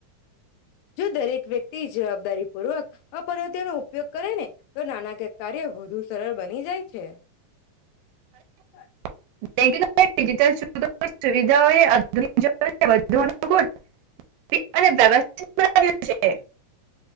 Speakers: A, on the left; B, on the right.
A: જો દરેક વ્યક્તિ જવાબદારી, પૂર્વક અપદ્ધતિનો ઉપયોગ કરે ને તો નાના કક કાર્ય વધુ સરળ બની જાય છે. હા. <unintelligible>
B: <unintelligible> ડિજિટલ સુવિધા હોય <unintelligible> અને વ્યવસ્થિત <unintelligible> છે.